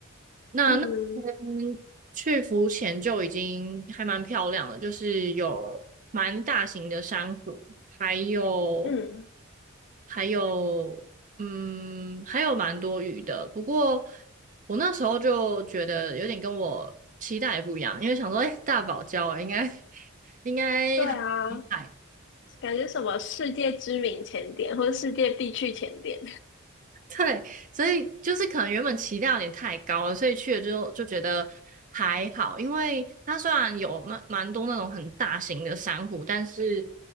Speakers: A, on the right; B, on the left.
A: 那那
B: 嗯
A: 天去浮潜就已经还蛮漂亮了，就是有蛮大型的珊瑚，还有
B: 嗯，
A: 还有嗯，还有蛮多鱼的。不过我那时候就觉得有点跟我期待不一样，因为想说，哎、大堡礁应该 <laughs> 应该很厉害
B: 对啊，感觉什么世界知名前点或者世界必去前点，
A: 对，所以就是可能原本期待有点太高了，所以去了之后就觉得还好，因为它虽然有蛮蛮多那种很大型的珊瑚，但是